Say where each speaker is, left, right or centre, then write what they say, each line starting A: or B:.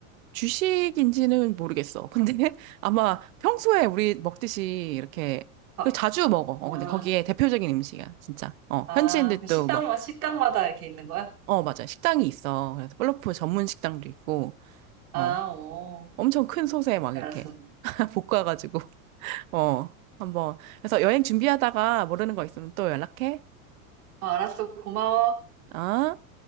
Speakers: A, on the right; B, on the right.
A: 주식인지는 모르겠어. 근데 <laughs> 아마 평소에 우리 먹듯이 이렇게
B: 아,
A: 그 자주 먹어. 어,
B: 아,
A: 근데 거기에 대표적인 음식이야, 진짜. 어,
B: 아,
A: 현지인들도
B: 그 식당마,
A: 막,
B: 식당마다 이렇게 있는 거야?
A: 어, 맞아. 식당이 있어. 그래서 플러프 전문 식당도 있고, 어,
B: 아, 오,
A: 엄청 큰 솥에 막
B: 알았어.
A: 이렇게 <laughs> 볶아가지고, 어, 한번. 그래서 여행 준비하다가 모르는 거 있으면 또 연락해.
B: 아, 알았어. 고마워.
A: 어?